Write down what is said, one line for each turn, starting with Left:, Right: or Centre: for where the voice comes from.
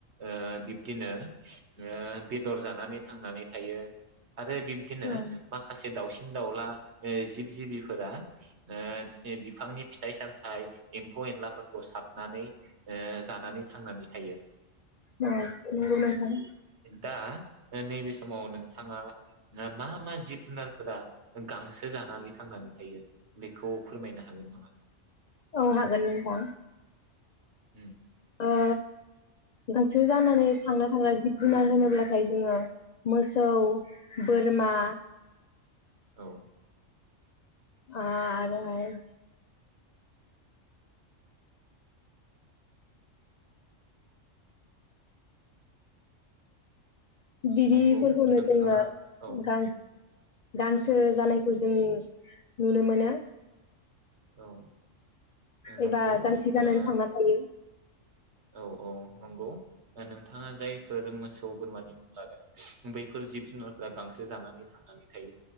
Right: ओ बिब्दिनो ओ बेदर जानानै थांनानै थायो आरो बिब्दिनो
Left: औ
Right: माखासे दाउ सिन दाउला ओ जिब जिबिफोरा ओ बे बिफांनि फिथाइ सामथाइ एम्फौ एनलाफोरखौ साबनानै ओ जानानै थांनानै थायो।
Left: औ नोंगौ नोंथां।
Right: दा ओ नैबे समाव नोंथाङा ओ मा मा जिब जुनारफोरा गांसो जानानै थांनानै थायो बेखौ फोरमायनो हागोन नामा?
Left: औ हागोन नों थां
Right: उम
Left: ओ गांसो जानानै थांना थाग्रा जिब जुनार होनोब्लाथाय जोङो मोसौ, बोरमा
Right: औ
Left: आ आरोहाय बिदिफोरखौनो
Right: नंगौ नोंथाङा
Left: जोङो
Right: औ
Left: गां गांसो जानायखौ जों नुनो मोनो।
Right: औ ओ, नंगौ
Left: एबा गांसो जानानै
Right: ओ,
Left: थांना थायो।
Right: औ औ नंगौ ओ नोंथाङा जायफोर मोसौ बोरमानि मुं लादों बैफोर जिब जुनारफोरा गांसो जानानै थांनानै थायो